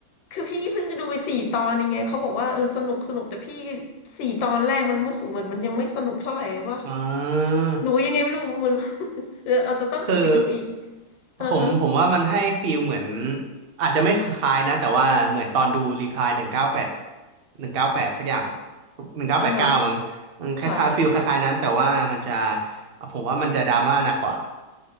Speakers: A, on the left; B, on the right.
A: คือพี่เพิ่งจะดูไปสี่ตอนยังไงเขาบอกว่าเออสนุกสนุกแต่พี่สี่ตอนแรกมันรู้สึกเหมือนมันยังไม่สนุกเท่าไหร่วะ
B: อ่า
A: หนูยังไงไม่รู้ <laughs> มัน <laughs> เอออาจจะต้องกลับไปดูอีก
B: คือ
A: อ่าฮะ
B: ผมผมว่ามันให้ฟีลเหมือนอาจจะไม่คล้ายนะแต่ว่าเหมือนตอนดูรีพลายหนึ่งเก้าแปดหนึ่งเก้าแปดสักอย่างอะหนึ่งเก้าแปดเก้ามั้งมันคล้ายๆฟีลคล้ายๆนั้นแต่ว่ามันจะ
A: อ่าฮะค่ะ
B: ผมว่ามันจะดราม่าหนักกว่า